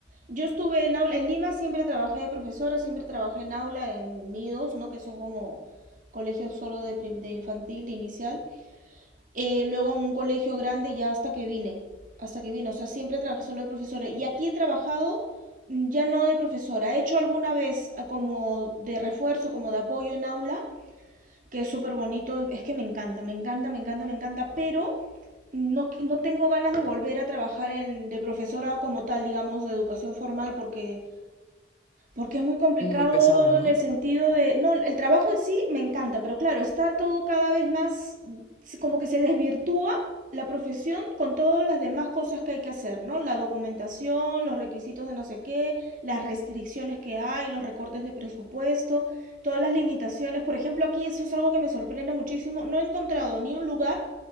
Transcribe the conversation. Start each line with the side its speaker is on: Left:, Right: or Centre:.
Right: yo estuve en aula, en Lima siempre trabajé de profesora, siempre trabajé en aula, en nidos, ¿no? Que son como colegios solo de, prim- de infantil, de inicial. eh, luego en un colegio grande ya hasta que vine, hasta que vine, o sea, siempre trabajé solo de profesora y aquí he trabajado mm, ya no de profesora, he hecho alguna vez ah, como de refuerzo, como de apoyo en aula, que es súper bonito, es que me encanta, me encanta, me encanta, me encanta, pero no, no tengo ganas de volver a trabajar en, de profesora como tal, digamos, de educación formal, porque porque es muy complicado
Left: Muy pesado, ¿no?
Right: en el sentido de, no, el trabajo en sí me encanta, pero claro, está todo cada vez más, se- como que se desvirtúa la profesión con todas las demás cosas que hay que hacer, ¿no? La documentación, los requisitos de no sé qué, las restricciones que hay, los recortes de presupuesto, todas las limitaciones. Por ejemplo, aquí eso es algo que me sorprende muchísimo. No he encontrado ni un lugar